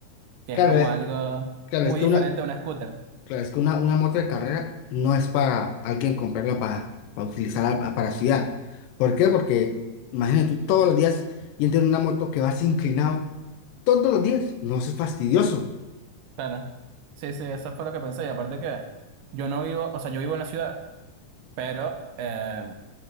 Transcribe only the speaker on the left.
Claro,
eh,
claro,
es que
una,
claro, es que una, una moto de carrera no es para alguien comprarla para, para utilizarla pa- para ciudad. ¿Por qué? Porque imagínate tú todos los días y en una moto que vas inclinado, todos los días, no eso es fastidioso.